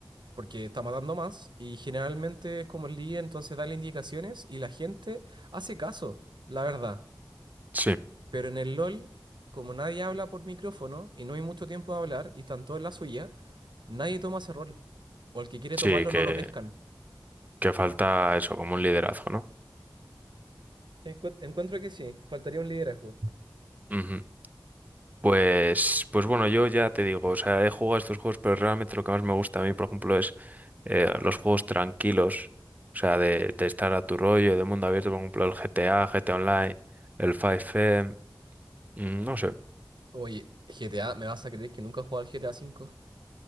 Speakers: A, on the right (about 70°); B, on the right (about 20°).
A: porque está matando más, y generalmente es como el líder, entonces da las indicaciones y la gente hace caso, la verdad.
B: Sí.
A: Pero en el LOL, como nadie habla por micrófono y no hay mucho tiempo de hablar y están todos en la suya, nadie toma ese rol. O el que quiere tomarlo
B: Sí, que,
A: no lo pescan.
B: que falta eso, como un liderazgo, ¿no?
A: Encuent- encuentro que sí, faltaría un liderazgo.
B: Ujú. Pues, pues bueno, yo ya te digo, o sea, he jugado a estos juegos, pero realmente lo que más me gusta a mí, por ejemplo, es eh, los juegos tranquilos, o sea, de, de estar a tu rollo, de mundo abierto, por ejemplo, el GTA, GTA Online, el 5M, mm, no sé.
A: Oye, GTA, ¿me vas a creer que nunca he jugado al GTA cinco